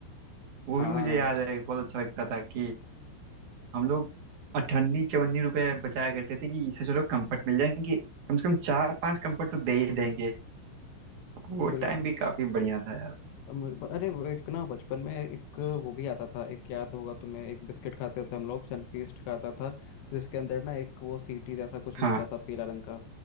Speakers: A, on the right; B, on the left.
A: वो
B: हाँ
A: भी मुझे याद है बहुत अच्छा लगता था कि हम लोग अठन्नी चवन्नी रुपए बचाया करते थे कि इससे चलो कंफर्ट मिल जाएंगे कम से कम चार पांच कंफर्ट तो दे ही देंगे वो
B: बिल्कुल
A: टाइम भी काफी बढ़िया था यार
B: अम, अरे वो एक ना बचपन में एक वो भी आता था एक याद होगा तुम्हें एक बिस्किट खाते थे हम लोग सनफीस्ट खाता था जिसके अंदर ना एक वो सीटी जैसा कुछ
A: हाँ
B: मिलता था पीला रंग का